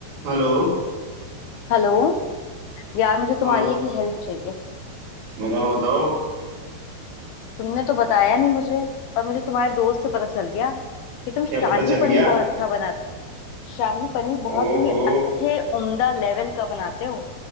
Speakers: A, on the right; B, on the left.
A: Hello
B: हेलो यार मुझे तुम्हारी
A: और
B: एक हेल्प चाहिए
A: बताओ बताओ
B: तुमने तो बताया नहीं मुझे पर मुझे तुम्हारे दोस्त से पता चल गया कि तुम
A: क्या
B: शाही
A: पता चल गया
B: पनीर बहुत अच्छा बनाते शाही पनीर बहुत
A: ओहो
B: ही अच्छे उम्दा लेवल का बनाते हो